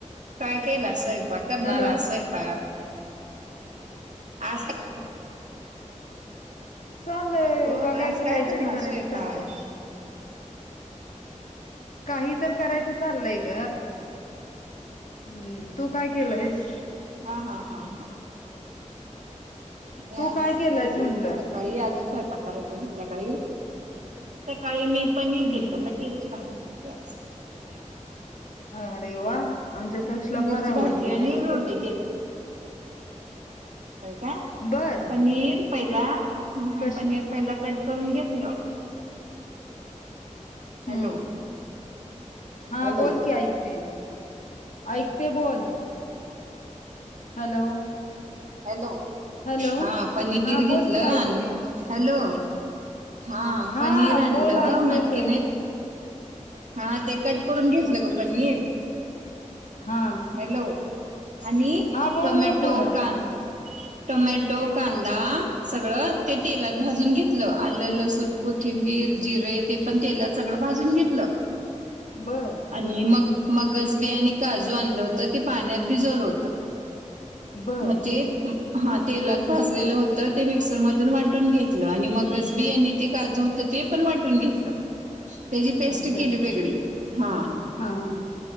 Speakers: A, on the right; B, on the left.
A: काय केला स्वयंपाक? करणार
B: हॅलो
A: आज स्वयंपाक? अस-
B: हम चाललय.
A: अगं
B: बघायचं
A: आज काय
B: काहीतरी
A: करणार
B: करायचं
A: स्वयंपाक
B: चाललंय. काही तर करायचं चाललंय ग. हम्म. तू काय केलंयस?
A: हा हा हा हा. म <unintelligible>
B: तू काय केलंयस
A: केली
B: म्हंटलं
A: होती सकाळी आजून- करायच संध्याकाळी. सकाळी मी पनीर
B: हम्म
A: केलंत.
B: हम्म
A: पनीरची
B: हम्म
A: भाजी केली. <unintelligible>
B: अरे वा! आमच्या तक्षला
A: पनीरची
B: फार आवडती,
A: भाजी आणि
B: कशी
A: रोटी
B: केलिती?
A: हो का?
B: बर
A: पनीर पहिला- ह.
B: कशी
A: पनीर पहिला कट करून घेत- ल. हॅलो.
B: हम्म हा.
A: हॅलो
B: बोल की ऐकते. ऐकते बोल. हॅलो.
A: हॅलो.
B: हॅलो
A: हा. पनीर
B: हा
A: घेतलं
B: बोल की
A: आन,
B: ऐकते मी
A: हॅलो. हा
B: हा
A: पनीर आणलं.
B: बोल ऐकू
A: मग
B: येतोय
A: की नाही - हा ते कट करून घेतलं
B: हॅल
A: ग पनीर.
B: हा
A: हॅलो. आणि
B: हा बोल
A: टोमॅटो,
B: ना पुढं
A: कान-
B: हा
A: टोमॅटो, कांदा सगळं ते तेलात भाजून घेतलं. आलं, लसूण, कोथिंबीर- जिरे तेपण तेलात सगळं भाजून घेतलं.
B: बर
A: आणि
B: हा
A: मग
B: हा
A: मगज - बी आणि काजू आणलं होतं. ते पाण्यात भिजवलं होतं.
B: बर
A: म जे हा तेलात भाजलेलं होतं ते मिक्सर मधून वाटून घेतलं आणि मगच बी यांनी ते काजूत- ते पण वाटून घेतलं. त्याची पेस्ट
B: अच्छा
A: केली वेगळी. हा.
B: हा हा